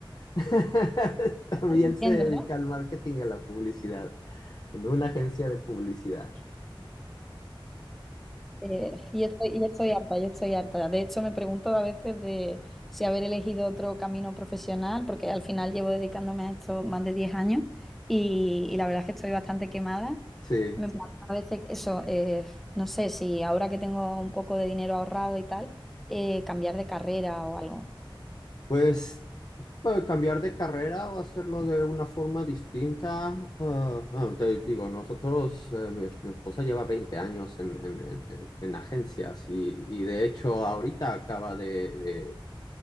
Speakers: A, on the left; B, in the centre.
A: <laughs> También
B: No Entiendo,
A: se dedica
B: ¿no?
A: al marketing y a la publicidad, en una agencia de publicidad.
B: Eh, y estoy, yo estoy harta, yo estoy harta. De hecho, me pregunto a veces de si haber elegido otro camino profesional, porque al final llevo dedicándome a esto más de 10 años y, y la verdad es que estoy bastante quemada.
A: Sí,
B: Me planteo a veces eso, eh, no sé si ahora que tengo un poco de dinero ahorrado y tal, eh, cambiar de carrera o algo.
A: pues Bueno, cambiar de carrera o hacerlo de una forma distinta. ah, bueno, te digo, nosotros, eh, mi, mi esposa lleva 20 años en, en- en- en- en agencias y, y de hecho ahorita acaba de, de-